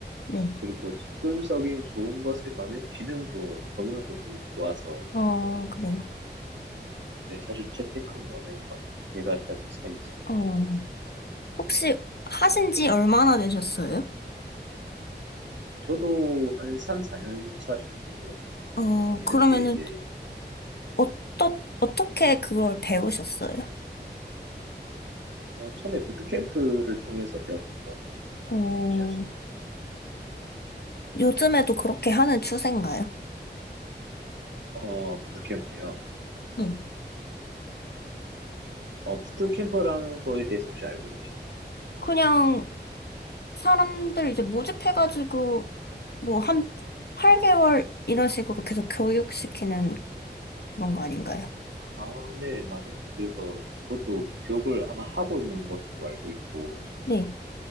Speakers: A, on the left; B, on the right.
A: 네.
B: 그리고 접근성이 좋은 것에 반해 기능도 너무나도 좀 좋아서
A: 어, 그래요.
B: 네, 자주 채택하는 언어인 것 같아요. 개발자들 사이에서.
A: 어, 혹시 하신 지 얼마나 되셨어요?
B: 저도 한 3, 4년 차 정도 된 것 같아요.
A: 어,
B: 뒤늦게
A: 그러면은,
B: 이제,
A: 어떠, 어떻게 그걸 배우셨어요?
B: 어, 처음에 부트캠프를 통해서 배웠던 것 같아요.
A: 어,
B: 혹시 아시나요?
A: 요즘에도 그렇게 하는 추세인가요?
B: 어, 부트캠프요.
A: 네.
B: 어, 부트캠프라는 거에 대해서 혹시 알고 계십니까?
A: 그냥 사람들 이제 모집해가지고 뭐 한 8개월 이런 식으로 계속 교육시키는 그런 거 아닌가요?
B: 아, 네, 맞아요. 그래서 그것도 교육을 아마 하고 있는 것으로 알고 있고,
A: 네.